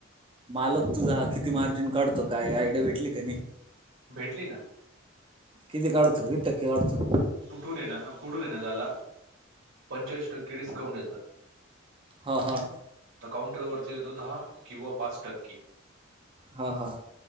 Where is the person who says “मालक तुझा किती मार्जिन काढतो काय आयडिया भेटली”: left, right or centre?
Right